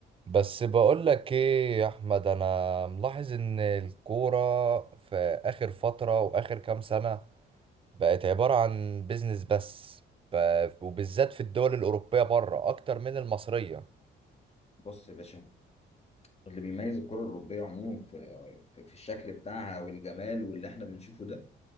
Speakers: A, on the right; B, on the left.
A: بس بقولك ايه يا احمد انا ملاحظ ان الكورة في اخر فترة واخر كام سنة بقت عبارة عن بيزنس بس ب- وبالذات في الدول الاوروبية بره اكتر من المصرية
B: بص يا باشا اللي بيميز الكرة الأوروبية عموما في في في الشكل بتاعها والجمال واللي احنا بنشوفه ده